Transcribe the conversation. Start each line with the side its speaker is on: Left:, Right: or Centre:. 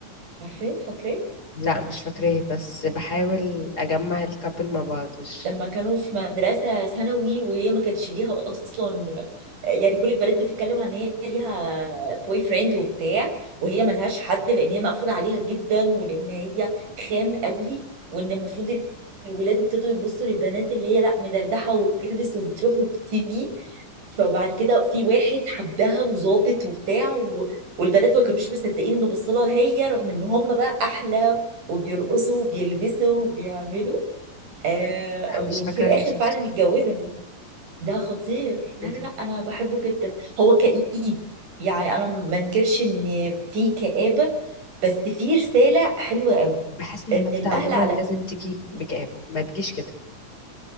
Right: عارفة فاكرة
Left: لا مش فاكراه بس بحاول اجمع الكابل مع بعض مش
Right: لما كانوا في مدرسة ثانوي وهي ما كانتش ليها أصلا يعني كل البنات بتتكلم عن إن هي ليها بوي فريند وبتاع وهي ملهاش حد لأن هي مقفولة عليها جدا ولأن هي خام قوي وإن المفروض الولاد ابتدوا يبصوا للبنات اللي هي لا مدردحة وبتلبس وبتروح وبتيجي فبعد كده في واحد حبها وظابط وبتاع و... والبنات ما كانوش مصدقين انه بصلها هي رغم ان هم بقى احلى وبيرقصوا وبيلبسوا وبيعملوا آه
Left: لا مش
Right: وفي
Left: فاكرة
Right: الاخر
Left: اني شفته
Right: فعلا
Left: ده
Right: اتجوزها ده خطير لا
Left: لا.
Right: لا لا انا بحبه جدا هو كئيب يعني انا ما انكرش ان في كآبة بس في رسالة حلوة قوي
Left: بحس ان
Right: ان
Left: ماجدة
Right: الاهل
Left: عموما
Right: على
Left: لازم تجي بجابه ما تجيش كده